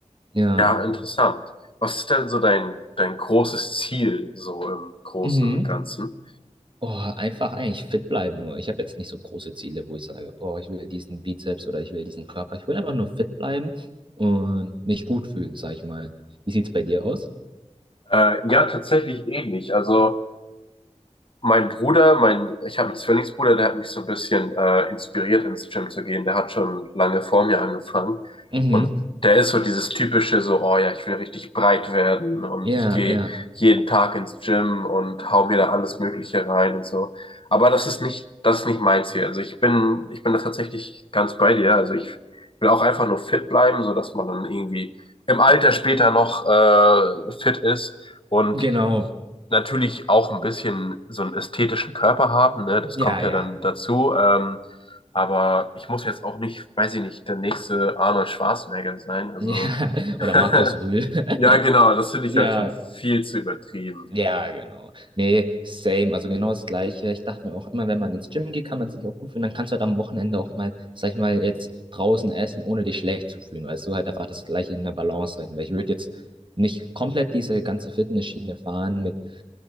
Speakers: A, on the right; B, on the left.
A: Ja.
B: Ja, interessant. Was ist denn so dein, dein großes Ziel so im Großen
A: Mhm.
B: und Ganzen?
A: Oh, einfach eigentlich fit bleiben nur. Ich habe jetzt nicht so große Ziele, wo ich sage, oh, ich will diesen Bizeps oder ich will diesen Körper. Ich will einfach nur fit bleiben und mich gut fühlen, sag ich mal. Wie sieht's bei dir aus?
B: Äh, ja, tatsächlich ähnlich. Also Mein Bruder, mein, ich habe einen Zwillingsbruder, der hat mich so ein bisschen äh, inspiriert, ins Gym zu gehen. Der hat schon lange vor mir angefangen.
A: Mhm.
B: Und der ist so dieses typische, so, oh ja, ich will richtig breit werden und
A: Ja,
B: ich gehe
A: ja.
B: jeden Tag ins Gym und hau mir da alles Mögliche rein und so. Aber das ist nicht, das ist nicht mein Ziel. Also ich bin, ich bin da tatsächlich ganz bei dir. Also ich will auch einfach nur fit bleiben, so dass man dann irgendwie im Alter später noch äh, fit ist. Und
A: Genau.
B: natürlich auch ein bisschen so einen ästhetischen Körper haben, ne? Das
A: Ja,
B: kommt
A: ja.
B: ja dann dazu. Ähm, aber ich muss jetzt auch nicht, weiß ich nicht, der nächste Arnold Schwarzenegger sein. Also
A: Ja. <laughs>
B: <laughs>
A: Oder Markus Rühl. <laughs>
B: ja, genau, das finde
A: Ja,
B: ich halt schon viel zu übertrieben.
A: Ja, genau. Nee, same, also genau das Gleiche. Ich dachte mir auch immer, wenn man ins Gym geht, kann man sich auch gut fühlen. Dann kannst du halt am Wochenende auch mal, sag ich mal, jetzt draußen essen, ohne dich schlecht zu fühlen, weil du halt einfach das Gleiche in der Balance halten. Weil ich würde jetzt nicht komplett diese ganze Fitnessschiene fahren mit